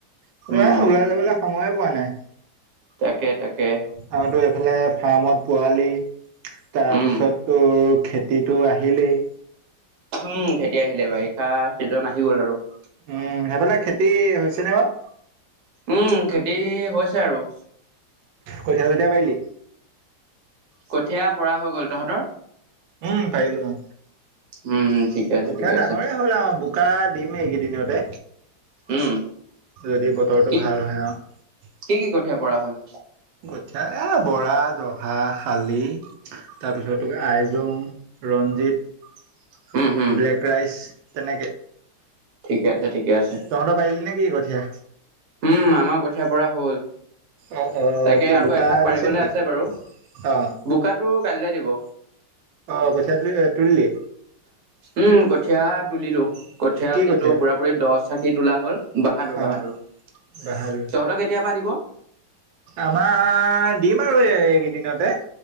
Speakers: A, on the right; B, on the right.
A: কিন্তু
B: উম
A: এই ওলাই যাবলৈ সময়ে পোৱা নাই।
B: তাকে তাকে
A: আৰু তো এইফালে ফাৰ্মত পোৱালি তাৰপিছত
B: উম
A: তোৰ <unintelligible> খেতিটো আহিলেই
B: উম খেতি আহিলে বাৰিষা চিজন আহি গল আৰু <inaudible>
A: উম সেইফালে খেতি হৈছে নে বাৰু,
B: উম, খেতি হৈছে আৰু
A: কঠীয়া-চঠীয়া পাৰিলি?
B: কঠীয়া পৰা হৈ গ'ল, তহঁতৰ?
A: উম, পাৰিলোঁ, অ'।
B: উম। ঠিকে আছে
A: কঠীয়া
B: ঠিকে
A: ডাঙৰেই
B: আছে
A: হ'ল আৰু বোকা দিম এইকেইদিনতে
B: উম।
A: যদি বতৰটো
B: কি
A: ভাল হয় আৰু
B: কি, কি কঠীয়া পৰা হ'ল?
A: কঠীয়া এ, বৰা, জহা, শালি তাৰপিছতে, এই আইজোং, ৰঞ্জিত,
B: উম হম
A: ব্লেক ৰাইচ তেনেকে
B: ঠিকে আছে ঠিকে আছে
A: তহঁতৰ পাৰিলি নে কি কঠীয়া
B: উম আমাৰ ক কথিয়া পৰা হ'ল।
A: অ অ
B: তাকে
A: কি
B: আৰু
A: বোকা
B: এভাগ পাৰিবলে
A: দিছে নেকি
B: আছে বাৰু
A: অ
B: বোকাটো। কাইলে দিব।
A: অ কঠীয়া তুলি তুলিলি।
B: উম কঠীয়া তুলিলো কঠিয়া
A: কি
B: আজি
A: কঠীয়া
B: টোৰ পুৰা পুৰি দহ চাখি তোলা হ'ল। বাহাদুৰ
A: অ
B: বাহাদুৰ তহঁতৰ
A: বাহাদুৰ
B: কেতিয়া পৰা দিব।
A: আমাৰ দিম আৰু এই এইকেইদিনতে।